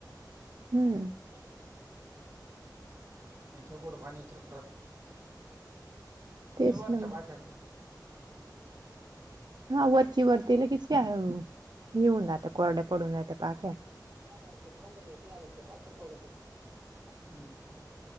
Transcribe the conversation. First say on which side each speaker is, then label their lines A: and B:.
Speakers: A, on the right (about 70°); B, on the right (about 40°).
A: हम्म
B: ह. त्या चकड पाणी उतरत रात
A: तेच
B: निवारच्या
A: ना
B: बा्या.
A: हा वरची वरती लगीच काय हे होऊन जात्या कोरडे पडून जाते पाख्या.
B: हहा पाच दिवस पंधरा दिवस नाही आला तर पाठविण <unintelligible> हम्म.